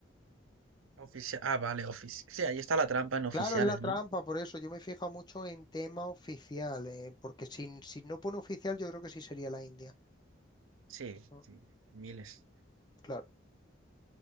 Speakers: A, on the right (about 85°); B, on the left (about 20°).
A: Oficia- ah, vale, oficial. Sí, ahí está la trampa en oficiales,
B: Claro, es la trampa,
A: ¿no?
B: por eso yo me he fijado mucho en tema oficial, eh, porque si, si no pone oficial, yo creo que sí sería la India.
A: Sí,
B: Mm,
A: sí, miles.
B: Claro,